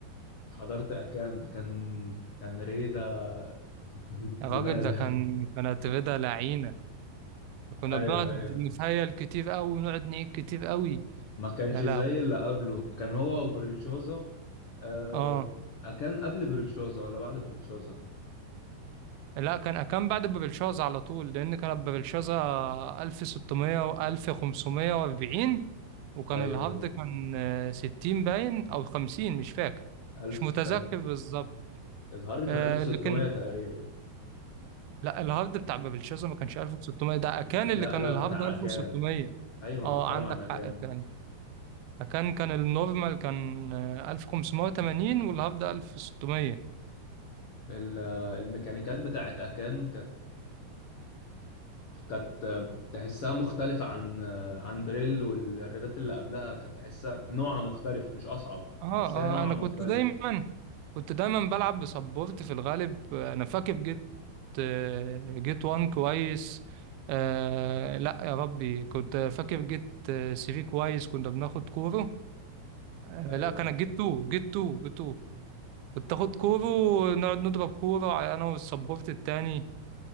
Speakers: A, on the left; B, on the right.
A: حضرت اكان ده كان كان ريده <laughs>
B: يا
A: زباله
B: راجل ده كان كانت رضا لعينة كنا
A: ايوه
B: بنقعد
A: ايوه
B: نتهيل كتير قوي ونقعد نعيد كتير قوي
A: ما كانش
B: يا
A: زي
B: لهوي
A: اللي قبله كان هو وبريلشوزا آه
B: اه
A: آه، كان قبل بريلشوزا ولا بعد بريلشوزا
B: لا كان كان بعد بابلشازا على طول لان كانت بابلشازا 1600 و 1540 وكان
A: ايوه
B: الهارد كان آه، 60 باين او 50 مش فاكر
A: ألف
B: مش متذكر
A: كان
B: بالظبط
A: الهارد كان
B: آه،
A: 1600
B: لكن
A: تقريبا
B: لا الهارد بتاع بابلشازا ما كانش 1600 ده كان
A: لا
B: اللي كان
A: لا
B: الهارد
A: بتاع
B: 1600
A: أكان ايوه انا
B: اه
A: بتكلم
B: عندك
A: عن أكان
B: حق فعلا كان كان النورمال كان آه، 1580 والهارد 1600
A: ال- آه، الميكانيكات بتاعت أكان كانت كانت آه، تحسها مختلفة عن آه، عن بريل والريدات اللي قبلها كانت تحسها نوعها مختلف مش أصعب
B: اه
A: بس هي نوعها
B: اه انا
A: مختلف
B: كنت دايما كنت دايما بلعب بسبورت في الغالب انا فاكر جيت آه، جيت وان كويس آه لا يا ربي كنت فاكر جيت آه، 3 كويس كنا بناخد كورة آه
A: ايوه
B: لا كان جيت 2 جيت 2 جيت 2 كنت اخد كورة ونقعد نضرب كورة انا والسبورت التاني